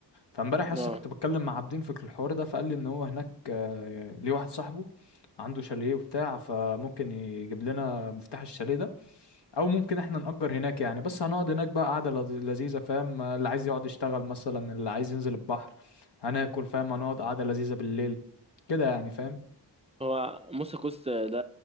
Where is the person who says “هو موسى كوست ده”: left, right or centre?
Right